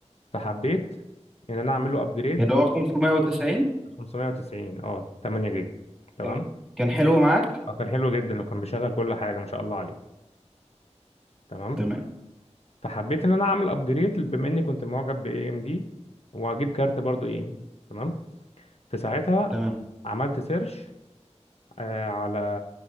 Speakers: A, on the left; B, in the centre.
A: فحبيت ان انا اعمل له ابجريد
B: اللي هو 590
A: 590 اه 8 جيجا تمام
B: كان كان حلو معاك
A: اه كان حلو جدا وكان بيشغل كل حاجه ما شاء الله عليه تمام
B: تمام
A: فحبيت ان انا اعمل ابجريد بما اني كنت معجب باي ام دي واجيب كارت برضو اي ام دي تمام في ساعتها
B: تمام
A: عملت سيرش آه، على